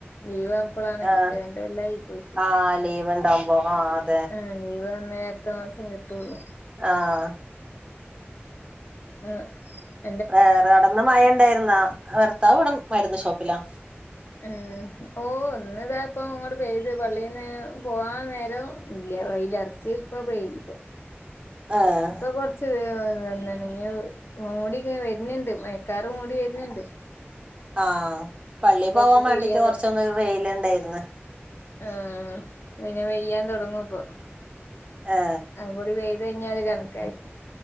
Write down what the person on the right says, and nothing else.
ആഹ്
ആഹ് ലീവ് ഇണ്ടാവും. പോമാർ
ആഹ്
വേറെ അവിടന്ന് മഴ ഇണ്ടാരുന്നൊ വർത്താവ് ഇവട മരുന്ന് ഷോപ്പ്ലാ.
ആഹ്
ആഹ് പള്ളി പോവാൻ
വാണ്ടീട്ട്
കൊർച്ചൊന്ന്
വെയില്ണ്ടായ്ര്ന്ന്.
ഏ